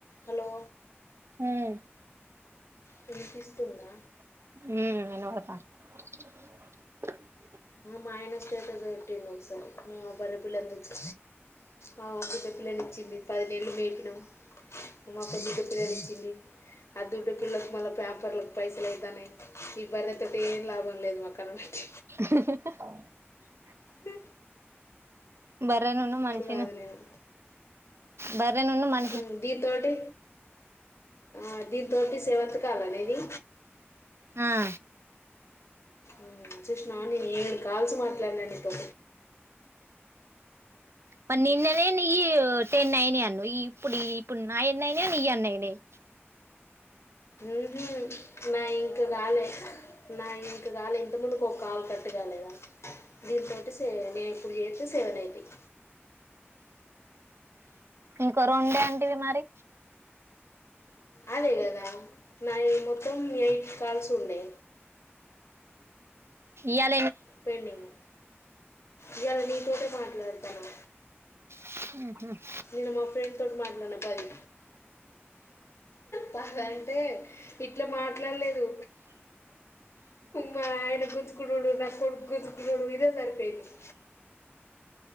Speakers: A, on the left; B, on the right.
A: Hello
B: హ్మ్
A: వినిపిస్ తుందా
B: మ్ <unintelligible>
A: మైనస్ స్టేటస్ పెట్టిండు ఒకసారి ఒ బర్రె పిల్లను తెచ్చు ఆ <unintelligible> పెద్ద పిల్లని ఇచ్చింది పది నెల్లు మేపినాం మా <unintelligible> దుడ్డ పిల్లనిచ్చింది ఆ దుడ్డపిల్లకు మళ్ళా ప్యాంపర్లకు పైసలైతాన్నాయ్ ఈ బర్రె తోటి ఏం లాభం లేదు మాకు కల్ట్
B: ఆహ్మ్
A: మీ
B: బర్రెనును మనిషి
A: కాదు
B: ను
A: నేను
B: బర్రెనుము మన్
A: మ్మ్ దీన్ తోటి ఆ దీంతోటి సెవెంత్ కాలా నీది
B: హా
A: మ్మ్ చూసినావా నేను ఏడు కాల్సు మాట్లాడినా నీతో
B: మరి నిన్ననే నీయు టెన్ అయనయి అన్నవు ఈ ఇప్పుడు ఇప్పుడు నాయి ఎన్నయినయో నీయి అన్నయినయి.
A: ఏవి నాఇంకు కాలే నావి ఇంకుకాలే ఇంత ముందు ఇంకో కాల్ కట్టుగాలేదా దీనింతోటి సే నేను ఇప్పుడు చేత్తే సెవెన్ అయితయ్
B: ఇంకో రోండే అంటివి మరి
A: అదే కదా నావి మొత్తం ఎయిట్ కాల్స్ ఉండే
B: యత్
A: పెండింగ్ ఇయళ నీతోటే మాట్ లెతన్నా
B: ఉహూ
A: నేను మా ఫ్రెండ్ తోటి మాట్లాడిన పది పాలంటే ఇట్లా మాట్లాడలేదు మా ఆయన గుంచుకునుడు గా దో గుంజుకునుడు ఇదే సరిపోయింది